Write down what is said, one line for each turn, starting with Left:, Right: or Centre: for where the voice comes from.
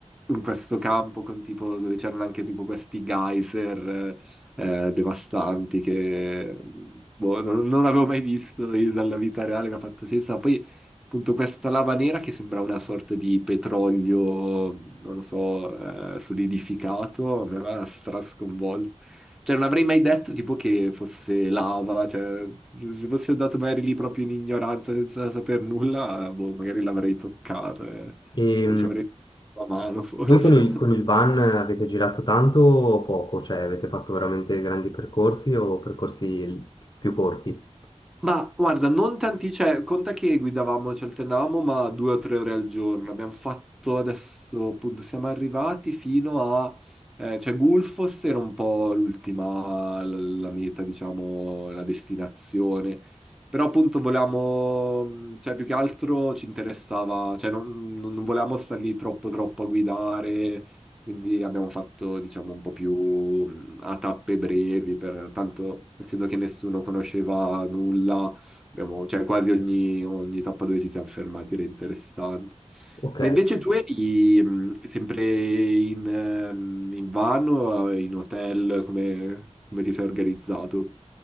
Centre: in questo campo con tipo, dove c'erano anche tipo questi geyser eh, eh, devastanti che boh, non, non avevo mai visto io dalla vita reale, mi ha fatto senso. Ma Poi appunto questa lava nera che sembra una sorta di petrolio, non lo so, eh, solidificato, mi aveva strasconvolto. Cioè, non avrei mai detto tipo che fosse lava, cioè, se fossi andato magari lì proprio in ignoranza senza saper nulla, boh, magari l'avrei toccato. eh. Non
Left: E,
Centre: so, ci avrei la mano forse.
Left: Voi con il,
Centre: <laughs>
Left: con il van avete girato tanto o poco? Cioè avete fatto veramente grandi percorsi o percorsi l- più corti?
Centre: Ma guarda, non tanti, cioè, conta che guidavamo, ci alternavamo, ma due o tre ore al giorno. Abbiamo fatto adesso, appunto, siamo arrivati fino a, eh, cioè, Gulfos era un po' l'ultima, l- la meta, diciamo, la destinazione. Però appunto volevamo, mh, cioè, più che altro ci interessava, cioè, non, non non volevamo star lì troppo, troppo a guidare, Quindi abbiamo fatto, diciamo, un po' più mh, a tappe brevi, per, tanto essendo che nessuno conosceva nulla, abbiamo, cioè quasi ogni, ogni tappa dove ci siamo fermati era interessante.
Left: Ok,
Centre: Ma invece tu eri mh, sempre in, ehm, in van o in hotel, come, come ti sei organizzato?